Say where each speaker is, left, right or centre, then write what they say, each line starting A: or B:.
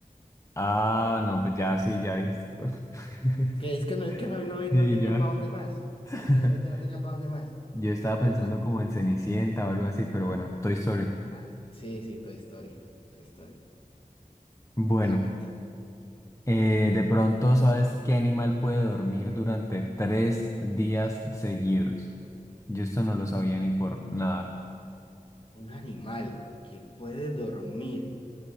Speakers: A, on the left (about 20°); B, on the left (about 40°).
A: Ah, no, pues ya sí, ya dijiste todo. <laughs>
B: Es que, es que no, es que no, no, no
A: Sí,
B: tenía
A: ya.
B: para dónde más,
A: <laughs>
B: literalmente no tenía para dónde más.
A: Yo estaba pensando
B: ¿Qué otra?
A: como en Cenicienta o algo así, pero bueno, Toy Story.
B: Ah, sí, sí, Toy Story. Toy Story,
A: Bueno.
B: efectivamente.
A: Eh, de pronto, ¿sabes qué animal puede dormir durante tres días seguidos? Yo esto no lo sabía ni por nada.
B: Un animal que puede dormir